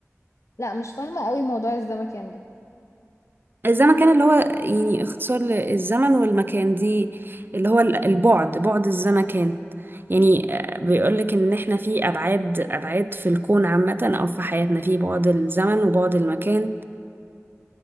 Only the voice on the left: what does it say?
لا مش فاهمة قوي موضوع الزمكان ده